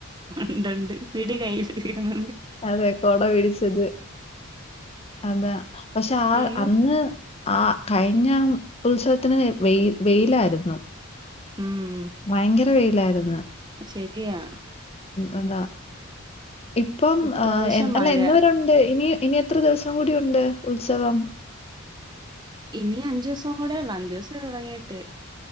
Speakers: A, on the right; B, on the left.
A: ഉണ്ടൊണ്ട് പിടി കൈയിലിരുന്നത്
B: അതെ കൊട പിടിച്ചത് അതാ പക്ഷെ
A: അയ്യോ
B: ആഹ് അന്ന് ആഹ് കഴിഞ്ഞ ഉത്സവത്തിന് വെയ്ൽ വെയിലായിരുന്നു
A: ഉം '
B: ഭയങ്കര വെയിലായിരുന്നു
A: ശെരിയാ
B: എതാ ഇപ്പം
A: ഇപ്രാവശ്യം
B: ആഹ്
A: മഴ
B: അല്ല എന്നവരുണ്ട് ഇനി ഇനി എത്ര ദിവസം കൂടി ഉണ്ട് ഉത്സവം
A: ഇനി അഞ്ചു ദിവസം കൂടെ ഉള്ളൂ അഞ്ചു ദിവസം തുടങ്ങിട്ട്